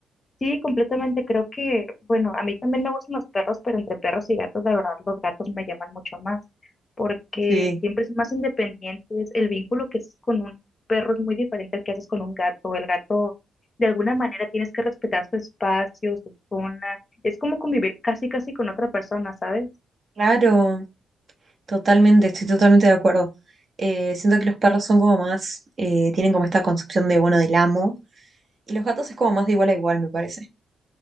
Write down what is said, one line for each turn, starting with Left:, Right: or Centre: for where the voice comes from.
Left: Sí, completamente. Creo que, bueno, a mí también me gustan los perros, pero entre perros y gatos, la verdad, los gatos me llaman mucho más, porque
Right: Sí,
Left: siempre son más independientes. El vínculo que haces con un perro es muy diferente al que haces con un gato. El gato, de alguna manera, tienes que respetar su espacio, su zona. Es como convivir casi, casi con otra persona, ¿sabes?
Right: Claro, totalmente, estoy totalmente de acuerdo. Eh, siento que los perros son como más, eh, tienen como esta concepción de, bueno, del amo, y los gatos es como más de igual a igual, me parece.